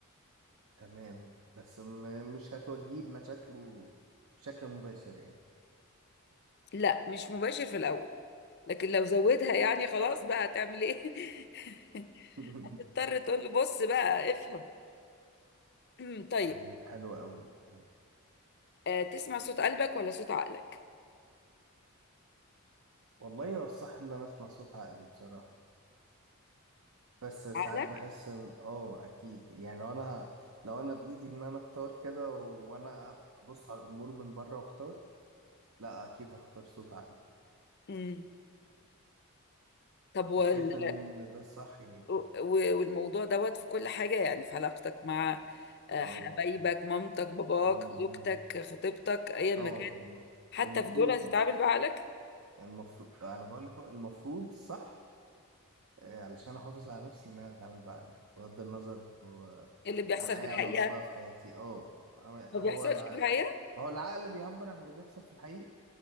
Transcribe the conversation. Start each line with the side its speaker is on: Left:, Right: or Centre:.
Right: تمام بس م- مش هتواجهيه بمشاكله بشكل مباشر يعني
Left: لا مش مباشر في الأول لكن لو زودها يعني خلاص بقى هتعمل إيه <laughs>
Right: <laughs>
Left: تضطر تقول له بص بقى افهم <clears throat> طيب
Right: طيب حلو قوي حلو
Left: آه، تسمع صوت قلبك ولا صوت عقلك
Right: والله هو الصح ان انا اسمع صوت عقلي بصراحة بس ساعات
Left: عقلك
Right: بحس ان اه اكيد يعني لو انا لو انا بايدي ان انا اختار كده وانا ابص على الامور من بره واختار لا اكيد هختار صوت عقلي
Left: امم طب وال...
Right: وشايف ان ده الصح يعني
Left: و- والموضوع دوت في كل حاجة يعني في علاقتك مع آه،
Right: اه
Left: حبايبك مامتك باباك
Right: م- م.
Left: زوجتك خطيبتك ايا ما
Right: اه
Left: كان
Right: الم-
Left: حتى
Right: المفروض
Left: في دول هتتعامل بعقلك
Right: المفروض انا بقول لك هو المفروض صح آه، علشان احافظ على نفسي ان انا اتعامل بقى بغض النظر هو
Left: اللي بيحصل
Right: عن اي
Left: في الحقيقة
Right: علاقه بقى في حياتي اه أنا-
Left: ما
Right: هو
Left: بيحصلش
Right: العقل
Left: في الحقيقة
Right: ما هو العقل بيعبر عن اللي بيحصل في الحقيقه